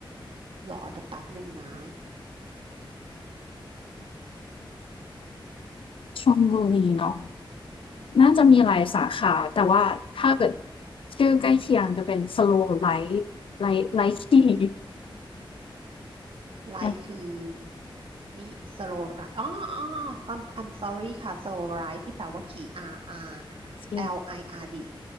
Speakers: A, on the right; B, on the left.
A: หรอเดี๋ยวแป๊บหนึ่งนะ
B: ชลบุรีเนาะน่าจะมีหลายสาขาแต่ว่าถ้าเกิดชื่อใกล้เคียงจะเป็น Slow Light Light Light Tea
A: ไลค์คือ
B: โอ
A: มิสโลไรอ๋อ อ๋ออ๋อ I'm I'm sorry ค่ะ slow ride ที่แปลว่าขี่ R R
B: เค
A: L I R D